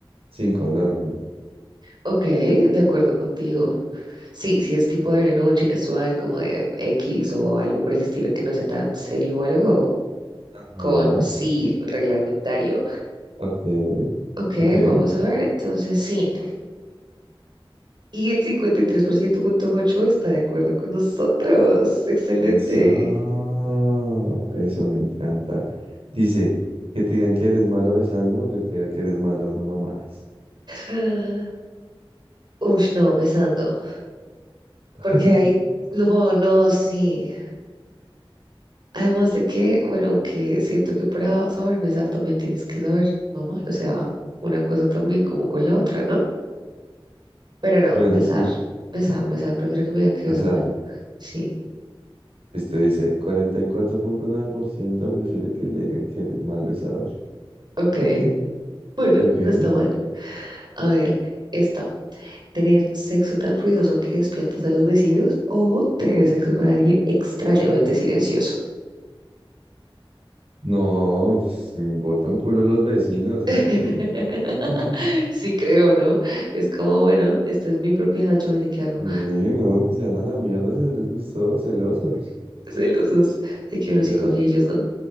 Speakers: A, on the right (about 85°); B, on the right (about 50°).
A: sin condón.
B: Ok, de acuerdo contigo. Sí, si es tipo de noche casual, como de X o algo por el estilo que no sea tan serio o algo,
A: Ajá.
B: con sí, reglamentario.
A: Ok,
B: Ok,
A: ok.
B: vamos a ver, entonces sin. Y el cincuenta y tres por ciento punto ocho está de acuerdo con nosotros. Excelente.
A: Eso, eso me encanta. Dice, que te digan que eres malo besando o que te digan que eres malo dando mamás.
B: Ah, Uf, no, besando.
A: <laughs>
B: Porque ahí, no, no, sí. Además de que, bueno, aunque siento que para saber besar también tienes que saber amar. O sea, una cosa también como con la otra, ¿no? Pero no,
A: Bueno,
B: besar,
A: sí.
B: besar, besar. Prefiero que me digan que
A: O
B: beso
A: sea,
B: mal. Sí.
A: Esto dice, cuarenta y cuatro punto nueve por ciento prefiere que le digan que eres mal besador.
B: Ok.
A: Ok,
B: Bueno,
A: ok.
B: no está mal. A ver, esta. tener sexo tan ruidoso que despiertas a los vecinos o tener sexo con alguien extrañamente silencioso.
A: No, pues, me importa un culo los vecinos,
B: <laughs>
A: hágale. <laughs>
B: Sí creo, ¿no? Es como, bueno, esta es mi propiedad, yo veré qué hago.
A: Sí, no, que se van a la mierda si no les gustó, celosos.
B: <laughs> Celosos de que
A: Literal,
B: uno sí coge y ellos, ¿no?